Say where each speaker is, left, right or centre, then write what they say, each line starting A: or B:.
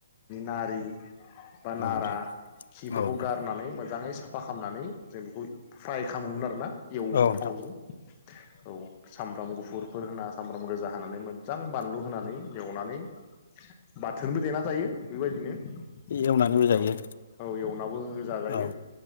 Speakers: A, on the left (about 30°); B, on the left (about 55°).
A: नारि बा
B: नोंथां
A: नारा खिफोरखौ
B: औ नोंथां
A: गारनानै मोजाङै स साफा खालामनानै जों बेखौ फ्राय खालामोमोन आरो ना एवोमोन
B: औ नोंथां
A: थावजों औ सामब्राम गु फुरफोर होना सामब्राम गोजा हानानै मोजां बानलु होनानै एवनानै बाथोनबो देना जायो बेबायदिनो औ
B: एवनानैबो जायो
A: औ एवनाबो जाजायो
B: औ